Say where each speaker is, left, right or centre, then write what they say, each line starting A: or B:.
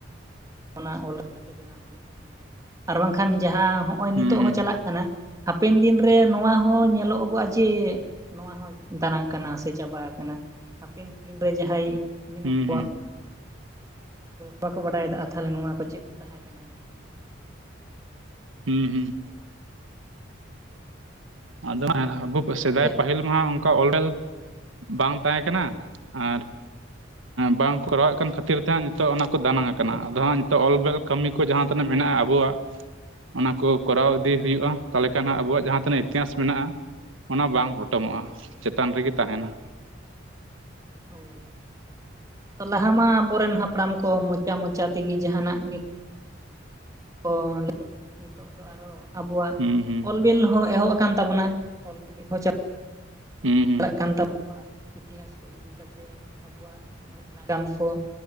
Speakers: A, on the right; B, on the right.
A: ᱚᱱᱟ ᱚᱞ ᱞᱮᱠᱟᱛᱮ ᱵᱮᱱᱟᱣ ᱦᱩᱭᱩᱜ ᱛᱟᱵᱚᱱᱟ ᱟᱨ ᱵᱟᱝᱠᱷᱟᱱ ᱡᱟᱦᱟᱸ ᱱᱚᱜᱼᱚᱭ
B: ᱦᱩᱸ
A: ᱱᱤᱛᱚᱜ
B: ᱦᱩᱸ
A: ᱦᱚᱸ ᱪᱟᱞᱟᱜ ᱠᱟᱱᱟ ᱦᱟᱯᱮᱱ ᱫᱤᱱᱨᱮ ᱱᱚᱣᱟ ᱦᱚᱸ ᱧᱮᱞᱚᱜᱚᱜᱼᱟ ᱡᱮ ᱱᱚᱣᱟ ᱫᱟᱱᱟᱝ ᱠᱟᱱᱟ ᱥᱮ ᱪᱟᱵᱟ ᱟᱠᱟᱱᱟ ᱦᱟᱯᱮᱱ ᱫᱤᱱᱨᱮ ᱡᱟᱦᱟᱸᱭ ᱢᱮᱱᱟᱜ
B: ᱦᱩᱸ
A: ᱠᱚᱣᱟ
B: ᱦᱩᱸ
A: ᱵᱟᱠᱚ ᱵᱟᱰᱟᱭ ᱟᱠᱟᱜᱼᱟ ᱛᱟᱞᱦᱮ ᱱᱚᱣᱟ ᱠᱚ ᱪᱮᱫ ᱛᱟᱦᱮᱸ ᱠᱟᱱᱟ
B: ᱦᱩᱸ ᱦᱩᱸ ᱟᱫᱚ ᱟᱵᱚ ᱥᱮᱫᱟᱭ
A: ᱜᱚᱝᱠᱮ
B: ᱯᱟᱹᱦᱤᱞ ᱢᱟᱦᱟ ᱚᱱᱠᱟ ᱚᱞᱵᱮᱞ ᱵᱟᱝ ᱛᱟᱦᱮᱸ ᱠᱟᱱᱟ ᱟᱨ ᱵᱟᱝ ᱠᱚᱨᱟᱣ ᱮᱫ ᱠᱟᱱ ᱠᱷᱟᱹᱛᱤᱨ ᱛᱮ ᱦᱟᱸᱜ ᱱᱤᱛᱚᱜ ᱚᱱᱟ ᱠᱚ ᱫᱟᱱᱟᱝ ᱟᱠᱟᱱᱟ ᱟᱫᱚ ᱦᱟᱸᱜ ᱱᱤᱛᱚᱜ ᱚᱞᱵᱮᱞ ᱠᱟᱹᱢᱤ ᱠᱚ ᱡᱟᱦᱟᱸ ᱛᱤᱱᱟᱹᱜ ᱢᱮᱱᱟᱜᱼᱟ ᱟᱵᱚᱣᱟᱜ ᱚᱱᱟ ᱠᱚ ᱠᱚᱨᱟᱣ ᱤᱫᱤ ᱦᱩᱭᱩᱜᱼᱟ ᱛᱟᱦᱚᱞᱮ ᱠᱷᱟᱱ ᱦᱟᱸᱜ ᱟᱵᱚᱣᱟᱜ ᱡᱟᱦᱟᱸ ᱛᱤᱱᱟᱹᱜ ᱤᱛᱤᱦᱟᱥ ᱢᱮᱱᱟᱜᱼᱟ ᱚᱱᱟ ᱵᱟᱝ ᱯᱚᱴᱚᱢᱚᱜᱼᱟ ᱪᱮᱛᱟᱱ ᱨᱮᱜᱮ ᱛᱟᱦᱮᱱᱟ
A: ᱦᱳᱭ ᱛᱚ ᱞᱟᱦᱟ ᱢᱟ ᱟᱵᱚᱨᱮᱱ ᱦᱟᱯᱲᱟᱢ ᱠᱚ ᱢᱚᱪᱟ ᱢᱚᱪᱟ ᱛᱮᱜᱮ ᱡᱟᱦᱟᱱᱟᱜ ᱜᱮ ᱦᱳᱭ ᱱᱤᱛᱚᱜ ᱫᱚ ᱟᱨᱚ ᱟᱵᱚᱣᱟᱜ
B: ᱦᱩᱸ ᱦᱩᱸ
A: ᱵᱤᱞ ᱦᱚᱸ ᱮᱦᱚᱵ ᱟᱠᱟᱱ ᱛᱟᱵᱚᱱᱟ ᱚᱞ ᱵᱤᱞ ᱦᱚᱸ
B: ᱦᱩᱸ ᱦᱩᱸ
A: ᱪᱟᱞᱟᱜ ᱠᱟᱱ ᱛᱟᱵᱚᱶᱟ ᱤᱛᱤᱦᱟᱥ ᱠᱚ ᱤᱫᱤ ᱠᱟᱛᱮ ᱟᱵᱚᱣᱟᱜ ᱱᱚᱜᱚᱭ ᱱᱟᱜᱟᱢ ᱠᱚ